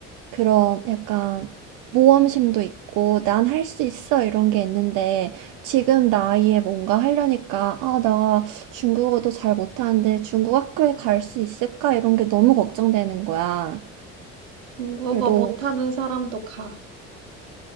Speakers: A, on the right (about 55°); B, on the right (about 80°).
A: 그런 약간 모험심도 있고 난 할 수 있어 이런 게 있는데 지금 나이에 뭔가 하려니까 아, 나 중국어도 잘 못하는데 중국 학교에 갈 수 있을까 이런 게 너무 걱정되는 거야.
B: 중국어
A: 그래도
B: 못하는 사람도 가.